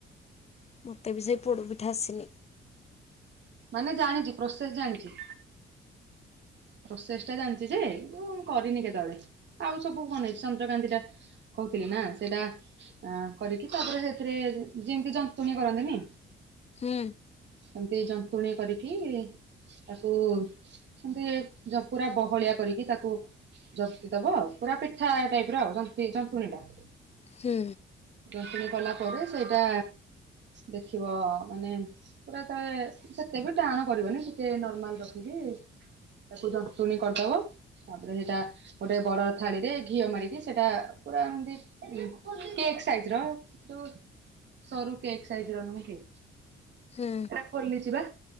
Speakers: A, on the left (about 30°); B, on the right (about 65°).
A: ମତେ ବି ସେଇ ପୋଡ଼ପିଠା ଆସିନି।
B: ମାନେ ଜାଣିଚି ପ୍ରସେସ୍ ଜାଣିଚି। ପ୍ରୋସେସ୍ ଟା ଜାଣିଚି ଯେ କିନ୍ତୁ ମୁଁ କରିନି କେତଳେ। ଆଉ ସବୁ କଣ ଏ ଚନ୍ଦ୍ରକାନ୍ତିଟା କହୁଥିଲି ନାଁ ସେଟା ଆଁ କରିକି ତାପରେ ସେଥିରେ ଯେମିତି ଜନ୍ତୁଣି କରନ୍ତିନି
A: ହୁଁ।
B: ସେମତି ଜନ୍ତୁଣି କରିକି ତାକୁ ସେମତି ଜ ପୁରା ପୁରା ବହଳିଆ କରିକି ତାକୁ ଜତି ଦବ ଆଉ ପୁରା ପିଠା ଟାଇପ୍ ର ଆଉ ଜନ୍ତି ଜନ୍ତୁଣିଟା।
A: ହୁଁ।
B: ଜନ୍ତୁଣି କଲା ପରେ ସେଇଟା ଦେଖିବ ମାନେ ପୁରା ତେ ସେତେ ବି ଟାଣ କରିବନି ଟିକେ ନର୍ମାଲ୍ ରଖିକି ତାକୁ ଜନ୍ତୁଣି କରିଦବ ତାପରେ ହେଇଟା ଗୋଟେ ବଡ଼ ଥାଳିରେ ଘିଅ ମାରିକି ସେଟା ପୁରା ଏମତି ଉଁ କେକସ୍ ସାଇଜର ଯୋଉ ସରୁ କେକ୍ ସାଇଜର ନୁହେଁ କି।
A: ହୁଁ।
B: ଏଟା ଖୋଲିଛି ବା